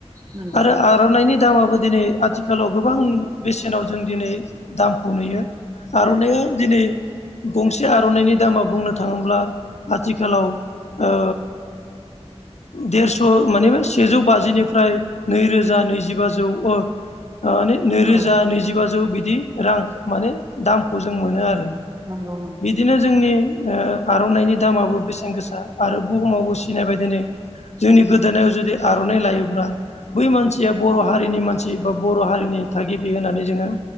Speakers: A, on the right; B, on the left.
A: नंगौ
B: आरो आर'नाइनि दामाबो दिनै आथिखालाव गोबां बेसेनाव जों दिनै दामखौ नुयो आर'नाइया दिनै गंसे आर'नाइनि दामा बुंनो थाङोब्ला आथिखालाव ओ देरस' मानिबा सेजौ बाजिनिफ्राय नैरोजा नैजिबाजौ ओ माने नैरोजा
A: औ
B: नैजिबाजौ बिदि रां माने दामखौ जों मोनो आरो।
A: नंगौ नंगौ
B: बिदिनो जोंनि ओ आर'नाइनि दामाबो बेसेन गोसा आरो बुहुमावबो सिनायबाय दिनै। जोंनि गोदोनायाव जुदि आर'नाइ लायोब्ला बै मानसिया बर' हारिनि मानसि बा बर' हारिनि थागिबि होननानै जोङो